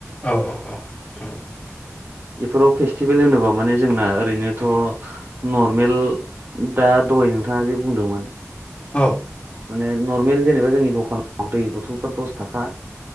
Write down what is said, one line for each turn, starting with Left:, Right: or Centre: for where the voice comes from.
Left: औ औ औ औ
Right: बेफोराव फेस्टिभेल होनोबा माने जोंना ओरैनोथ' नर्मेल दा दहाय नोंथाङा जे बुंदोंमोन
Left: औ
Right: माने नर्मेल जेनेबा जोंनि दखानाव दै बथलफ्रा दस थाखा